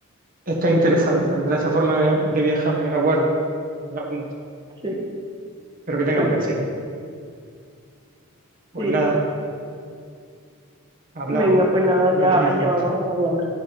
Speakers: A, on the right (about 40°); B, on the right (about 20°).
A: está interesante,
B: mm,
A: la verdad, esa forma de, de viajar me la guardo, me la apunto.
B: Sí,
A: Espero que tengan
B: pues
A: persianas.
B: sí,
A: Pues
B: sí.
A: nada, hablamos
B: Venga, pues nada,
A: en
B: ya,
A: otro momento.
B: ya vamos hablando.